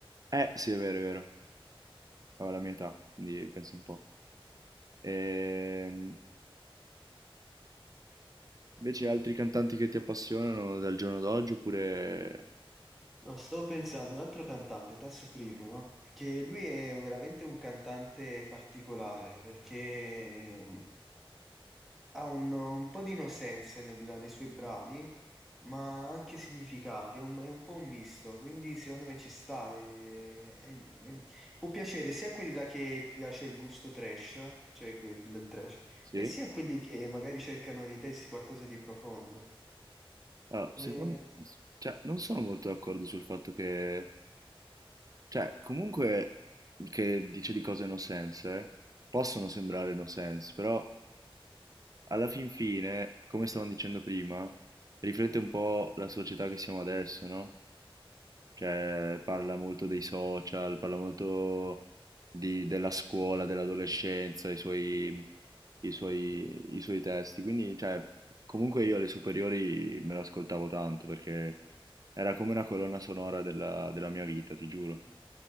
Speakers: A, on the right (about 40°); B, in the centre.
A: Eh, sì è vero, è vero. Aveva la mia età, quindi pensa un po'. Ehm, invece altri cantanti che ti appassionano dal giorno d'oggi oppure
B: No, stavo pensando, un altro cantante, Tasso Primo, no? Che lui è veramente un cantante particolare perché ehm, ha un, un po' di innocenza nel- nei suoi brani, ma anche significati, è un, è un po' un misto, quindi secondo me ci sta. e- e- e può piacere sia a quelli là che piace il gusto trash, cioè quel del trash,
A: sì?
B: e sia a quelli che magari cercano nei testi qualcosa di profondo.
A: Allora, secon
B: E-
A: s cioè non sono molto d'accordo sul fatto che cioè comunque che dice di cose no sense, eh, possono sembrare no sense, però alla fin fine, come stavamo dicendo prima, riflette un po' la società che siamo adesso, no? Cioè, parla molto dei social, parla molto di- della scuola, dell'adolescenza, i suoi, i suoi, i suoi testi. Quindi, cioè, comunque io alle superiori me lo ascoltavo tanto perché era come una colonna sonora della, della mia vita, ti giuro.